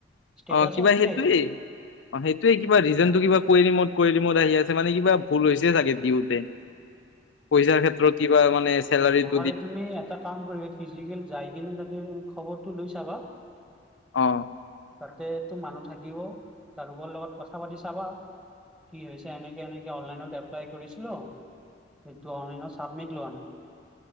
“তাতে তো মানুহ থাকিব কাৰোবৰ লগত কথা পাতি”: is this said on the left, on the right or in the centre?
Centre